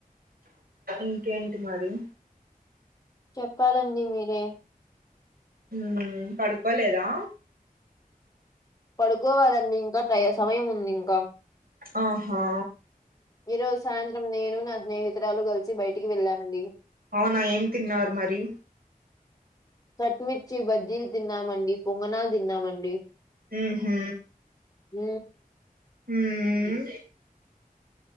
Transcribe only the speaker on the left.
చెప్పాలండి మీరే
పడుకోవాలండి ఇంకా టై సమయం ఉంది ఇంకా
ఈ రోజు సాయంత్రం నేను నా స్నేహితురాలు కలిసి బయటికి వెళ్ళామండి
కట్ మిర్చి బజ్జీలు తిన్నామండి పొంగనాలు తిన్నామండి
ఊ